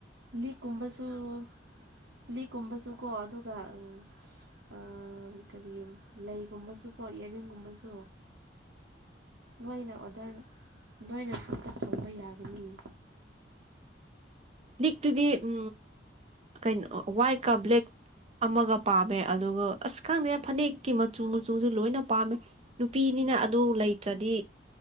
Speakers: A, on the right (about 80°); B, on the right (about 35°).
A: ꯂꯤ ꯀꯨꯝꯕꯁꯨꯁꯨ ꯂꯤꯛꯀꯨꯝꯕꯁꯨ ꯀꯣ ꯑꯗꯨꯒ ꯎ ꯑ ꯀꯔꯤ ꯂꯩꯒꯨꯝꯕꯁꯨ ꯀꯣ ꯌꯦꯔꯤꯡꯒꯨꯝꯕꯁꯨ
B: <unintelligible>
A: ꯅꯣꯏꯅ ꯑꯣꯗꯔ ꯅꯣꯏꯅ ꯁꯨꯠꯇ ꯐꯪꯕ ꯌꯥꯒꯅꯤ
B: ꯂꯤꯛꯇꯨꯗꯤ ꯎ ꯀꯩꯅꯣ ꯋꯥꯏꯠꯀ ꯕ꯭ꯂꯦꯛ ꯑꯃꯒ ꯄꯥꯝꯃꯦ ꯑꯗꯨꯒ ꯑꯁ ꯈꯪꯗꯅ ꯐꯅꯦꯛꯀꯤ ꯃꯆꯨ ꯃꯆꯨꯁꯨ ꯂꯣꯏꯅ ꯄꯥꯝꯃꯦ ꯅꯨꯄꯤꯅꯤ ꯑꯅ ꯑꯗꯨ ꯂꯩꯇ꯭ꯔꯗꯤ